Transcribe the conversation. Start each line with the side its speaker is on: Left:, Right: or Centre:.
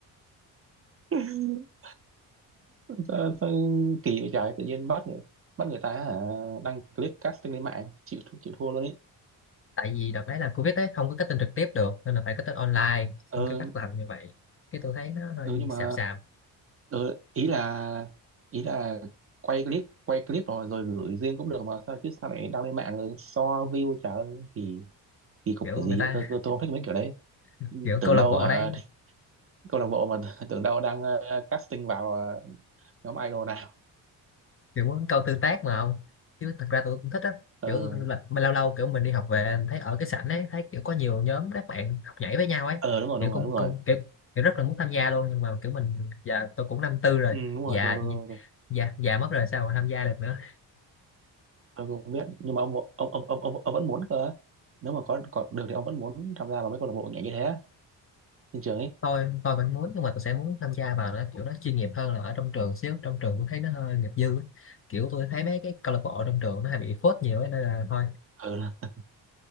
Right: <laughs> sao, sao kỳ vậy trời tự nhiên bắt người bắt người ta hả, đăng clip casting lên mạng chịu thua- chịu thua luôn ấy
Left: tại vì đợt đấy là covid ấy không có cutting trực tiếp được nên là phải cutting online xong
Right: ờ
Left: cái bắt làm như vậy cái tôi thấy nó hơi
Right: ừ, nhưng mà
Left: xàm xàm
Right: ờ, ý là ý là quay clip quay clip rồi rồi gửi riêng cũng được mà sao chứ sao lại đăng lên mạng rồi so view trời ơi kỳ kỳ cục
Left: kiểu
Right: cái gì
Left: người ta
Right: ấy. tôi, tôi, tôi không thích mấy kiểu đấy
Left: <laughs> kiểu
Right: tưởng
Left: câu lạc
Right: đâu
Left: bộ
Right: hả
Left: đấy
Right: <laughs> câu lạc bộ mà <laughs> tưởng đâu đang ờ, casting vào ờ, nhóm idol nào
Left: kiểu muốn câu tương tác mà không chứ thật ra tôi cũng thích á
Right: ờ
Left: kiểu là mà lâu lâu kiểu mình đi học về mình thấy ở cái sảnh ấy thấy kiểu có nhiều nhóm các bạn học nhảy với nhau ấy
Right: ờ đúng rồi
Left: kiểu
Right: đúng
Left: cũng,
Right: rồi đúng rồi
Left: cũng kiểu, kiểu rất là muốn tham gia luôn nhưng mà kiểu mình giờ tôi cũng năm tư rồi
Right: ừ, đúng rồi
Left: già
Right: tôi tôi tôi tôi,
Left: già già mất rồi sao mà tham gia được nữa
Right: tôi cũng không biết nhưng mà ông ông ông ông ông, ông vẫn muốn cơ nếu mà có có được thì ông vẫn muốn tham gia vào mấy câu lạc bộ nhảy như thế á, trên trường ấy
Left: tôi tôi vẫn muốn nhưng mà tôi sẽ muốn tham gia vào nó kiểu nó chuyên nghiệp hơn là ở trong trường xíu trong trường tôi thấy nó hơi nghiệp dư ấy. kiểu tôi thấy mấy cái câu lạc bộ trong trường nó hay bị phốt nhiều ấy, nên là thôi
Right: ừ, <laughs>